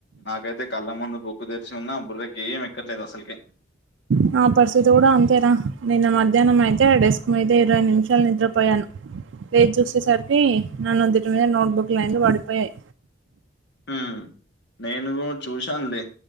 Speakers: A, on the left (about 65°); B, on the right (about 85°).
A: నాకైతే కళ్ళ ముందు బుక్కు తెరిచి ఉన్న బుర్ర కి ఏమ్ ఎక్కట్లేదు అసలకి
B: నా పరిస్థితి కూడా అంతేరా నిన్న మధ్యాహ్నం అయితే డెస్క్ మీదే ఇరవై నిమిషాలు నిద్రపోయాను లేచి చూసేసరికి నా నుదుటి మీద నోట్బుక్ లన్ని పడిపోయాయి
A: ఉం నేను కూడ చూశాను లే